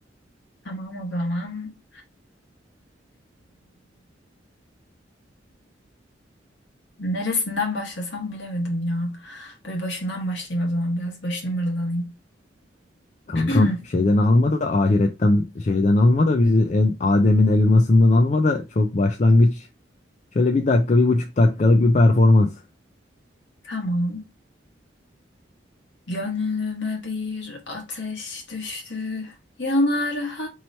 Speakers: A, on the left; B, on the left.
A: Tamam o zaman. Neresinden başlasam bilemedim ya. Böyle başından başlayayım o zaman biraz başını mırıldanayım.
B: Kankam
A: <clears throat>
B: şeyden alma da ahiretten şeyden alma da bizi en Adem'in elmasından alma da çok başlangıç. Şöyle bir dakika bir buçuk dakikalık bir performans.
A: Tamam. Gönlüme bir ateş düştü. Yanar ha